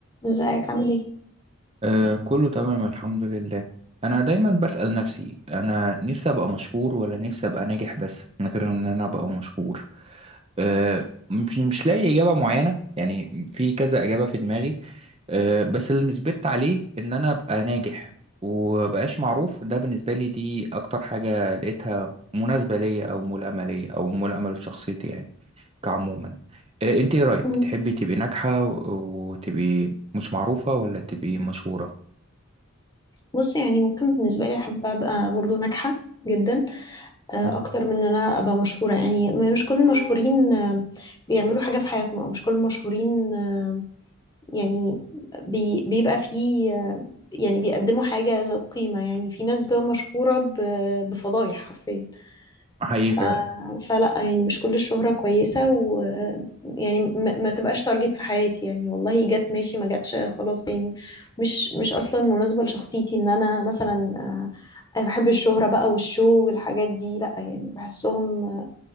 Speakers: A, on the left (about 20°); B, on the right (about 25°).
A: ازيك عامل ايه
B: آه كله تمام الحمد لله انا دايما بسأل نفسي انا نفسي ابقى مشهور ولا نفسي ابقى ناجح بس من غير ان انا ابقى مشهور آه مش مش لاقي اجابة معينة يعني في كذا اجابة في دماغي آه بس اللي نثبت عليه ان انا ابقى ناجح ومبقاش معروف ده بالنسبة لي دي اكتر حاجة لقيتها مناسبة ليا او ملائمة ليا او ملائمة لشخصيتي يعني كعموما آه انت ايه رأيك
A: مم.
B: تحبي تبقي ناجحة و- وتبقي مش معروفة ولا تبقي مشهورة
A: بص يعني ممكن بالنسبة لي أحب أبقى برضو ناجحة جدا آه،
B: مم.
A: اكتر من ان انا ابقى مشهوره يعني م- مش كل المشهورين آه، بيعملوا حاجه في حياتهم او مش كل المشهورين آه، يعني بي بيبقى فيه آه، يعني بيقدموا حاجه ذات قيمه يعني في ناس بتبقى مشهوره ب- بفضايح حرفيا
B: حقيقي
A: ف
B: فعلا
A: فلا يعني مش كل الشهره كويسه ويعني ما ما تبقاش تارجت في حياتي يعني والله جت ماشي ما جاتش خلاص يعني مش مش اصلا مناسبه لشخصيتي ان انا مثلا آه، أنا بحب الشهرة بقى والشو والحاجات دي لأ يعني بحسهم